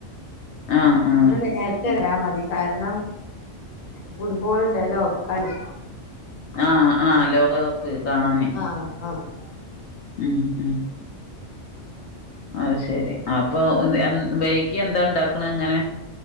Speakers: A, on the left; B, on the left.
A: ആ ആ
B: ഇന്ന് നേരത്തെ വരാ മതി കാരണം ഫുട്ബോൾ ഉണ്ടല്ലോ കളി
A: ആഹ് ആഹ് ലോകകപ്പ് കാണാന്
B: ആഹ് ആഹ്
A: ഉം ഉം അത് ശരി അപ്പൊ വൈകി എന്താ ഉണ്ടാക്കണ അങ്ങനെ